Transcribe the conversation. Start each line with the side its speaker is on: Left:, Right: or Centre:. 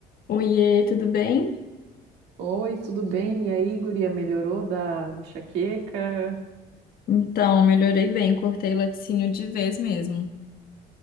Left: Oiê, tudo bem?
Right: Oi, tudo bem? E aí, guria, melhorou da enxaqueca?
Left: Então, melhorei bem, cortei o laticínio de vez mesmo.